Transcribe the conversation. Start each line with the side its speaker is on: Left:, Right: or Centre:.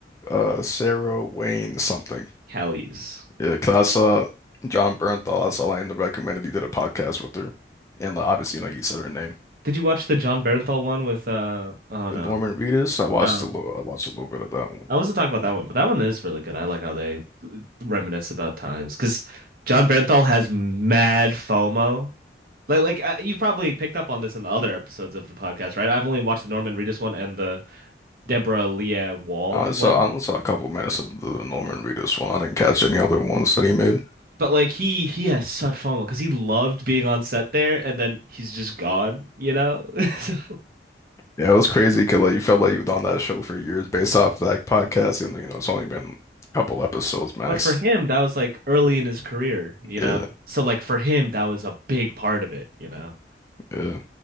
Left: uh, Sarah Wayne something.
Right: Callies.
Left: Yeah, because I saw John Bernthal. I saw like in the recommended he did a podcast with her, and like, obviously,
Right: Yes.
Left: you know, you said her name.
Right: Did you watch the John Bernthal one with uh oh no.
Left: But Norman Reedus, I watched
Right: No.
Left: a little. I watched a little bit of that one.
Right: I wasn't talking about that one, but that one is really good. I like how they reminisce about times because John Bernthal has mad FOMO. Like like uh, you probably picked up on this in the other episodes of the podcast, right? I've only watched the Norman Reedus one and the Deborah Leah Wall
Left: I only
Right: one.
Left: saw I only saw a couple minutes of the Norman Reedus one. I didn't catch any other ones that he made.
Right: But like he he has such FOMO because he loved being on set there and then he's just gone, you know? <laughs> So,
Left: Yeah, it was crazy because like you felt like you was on that show for years based off that podcast, and you know it's only been a couple episodes max.
Right: But for him, that was like early in his career, you know?
Left: Yeah,
Right: So like for him, that was a big part of it, you know?
Left: yeah,